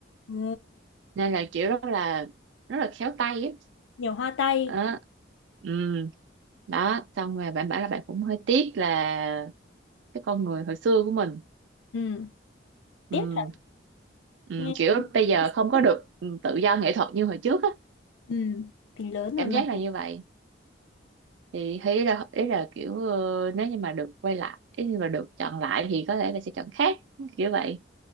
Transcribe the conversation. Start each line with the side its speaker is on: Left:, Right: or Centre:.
Left: ừ,
Right: nên là kiểu rất là rất là khéo tay á
Left: nhiều hoa tay
Right: Đó. ừ đó xong rồi bạn bảo là bạn cũng hơi tiếc là cái con người hồi xưa của mình
Left: ừ,
Right: ừ,
Left: tiếc thật
Right: ừ,
Left: nghe
Right: kiểu bây giờ
Left: tâm
Right: không
Left: sự quá.
Right: có được ừ, tự do nghệ thuật như hồi trước á
Left: ừ, thì lớn rồi
Right: cảm
Left: mà
Right: giác là như vậy thì thấy là ý là kiểu ờ, nếu như mà được quay lại ý như mà được chọn lại thì có thể là sẽ chọn khác kiểu vậy